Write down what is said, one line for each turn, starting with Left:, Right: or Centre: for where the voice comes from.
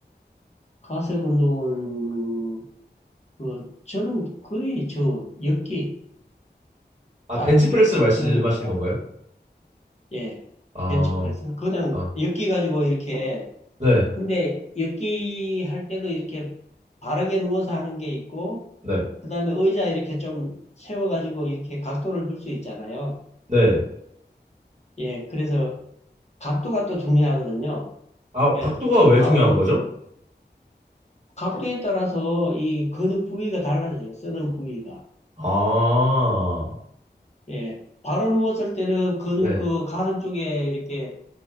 Left: 가슴 운동은 그 저는 거의 저 엮기
Right: 아,
Left: 다른
Right: 벤치프레스
Left: 뭐 잡스러운
Right: 말씀하시는
Left: 거보다
Right: 건가요?
Left: 예
Right: 아,
Left: 벤치프레스 그냥
Right: 아,
Left: 엮기 가지고 이렇게
Right: 네,
Left: 근데 엮기 할 때도 이렇게 바르게 누워서 하는 게 있고
Right: 네,
Left: 그다음에 의자 이렇게 좀 세워 가지고 이렇게 각도를 줄 수 있잖아요.
Right: 네.
Left: 예, 그래서 각도가 또 중요하거든요.
Right: 아,
Left: 그러니까
Right: 각도가 왜
Left: 바로
Right: 중요한 거죠?
Left: 각도에 따라서 이 근육 부위가 달라져요. 쓰는 부위가.
Right: 아,
Left: 예. 바로 누웠을 때는 근육
Right: 네,
Left: 그 가슴 쪽에 이렇게